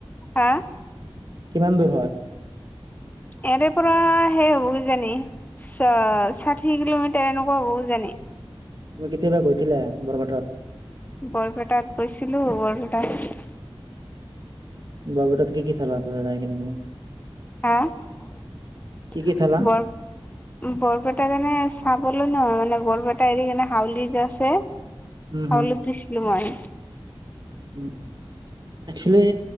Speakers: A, on the left; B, on the right.
A: হা
B: কিমান দূৰ হয়?
A: ইায়াৰে পৰা সেই হুই জানে চ ষাঠি কিলোমিটাৰ এনেকুৱা। জানে।
B: তুমি কেতিয়াবা গৈছিলা বৰপেটাত?
A: বৰপেটাত গৈছিলো বৰপেটাত
B: বৰপেটাত কি কি চালা তোমালোকে
A: আহা
B: কি কি চালা
A: বৰ বৰপেটা যোনে চাবলৈ নোৱাৰে মানে বৰপেটা এৰি কাৰনে হাউলী যে আছে
B: উম
A: হাউলিত দিছিলো মই
B: উম, একচ'লি